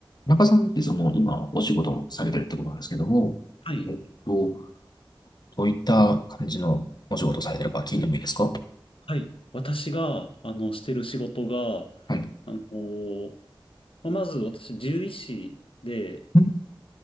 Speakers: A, on the left (about 50°); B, on the left (about 90°).
A: 中さんってその今お仕事もされてるってことなんですけども、
B: はい。
A: えっと、どういった感じのお仕事をされてるか聞いてもいいですか
B: はい。私が、あの、してる仕事が、
A: はい。う
B: あの、まあまず私、獣医師で、
A: ん